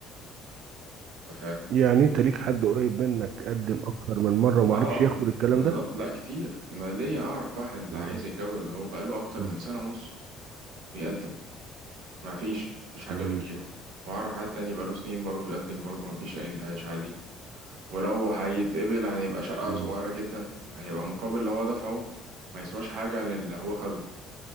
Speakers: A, on the right; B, on the right.
A: أنت فاهم؟
B: يعني انت ليك حد قريب منك قدم اكتر من مرة وما
A: آه آه
B: عرفش ياخد الكلام
A: بالظبط
B: ده
A: لا كتير أنا ليا أعرف واحد ده
B: مم.
A: عايز يتجوز أهو بقاله أكتر
B: امم
A: من سنة ونص بيقدم ما فيش مفيش حاجة
B: امم
A: بتجيله وأعرف حد تاني بقاله سنين برضه بيقدم برضه ما فيش أي انتهاش عادي ولو هيتقبل هيبقى شقة
B: مم.
A: صغيرة جدا هيبقى مقابل اللي هو دفعه ما يسواش حاجة للي هو خده